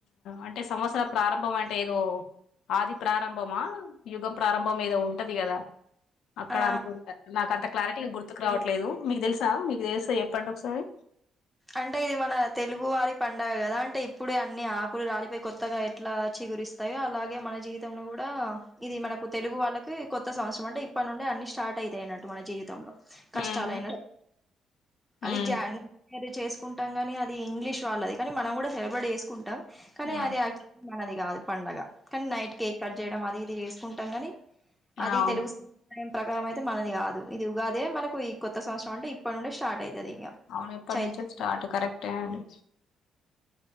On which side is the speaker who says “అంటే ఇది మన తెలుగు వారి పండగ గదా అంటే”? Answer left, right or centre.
Centre